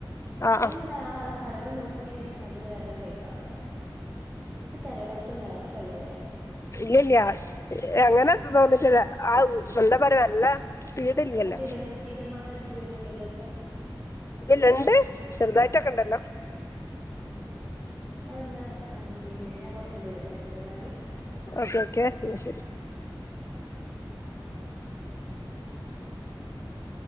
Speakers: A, on the left; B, on the right.
A: ആഹ്
B: പിന്നെ
A: ആഹ്
B: അങ്ങനെ ആ കടല് നോക്കി ഇങ്ങനെ ഇരിക്കുന്നത് അത് വേറൊരു വൈബ്ണലോ ഇപ്പൊ തിരകൾക്കൊന്നും എളക്കല്ലല്ലേ
A: ഇല്ല ഇല്ലയ അങ്ങനൊന്നും തോന്നിട്ടില്ല ആ <unintelligible> പറയ നല്ല സ്പീഡ് ഇല്ലല്ലോ
B: ആ തിര തീരമാല അടിച്ചു വരുന്നല്ലല്ലോ ഇപ്പോ
A: ഇല്ലണ്ട് ചെറുതായിട്ടൊക്കെ ഉണ്ടല്ലോ
B: ഓ അഹ് ന്ന പിന്നെ ഞാൻ കുറച്ചേക്കഴിഞ്ഞ് വിളിക്കണ്ട് ട്ടോ ന്നാല്
A: ഓക്കേ ഓക്കെ എന്ന ശരി <unintelligible>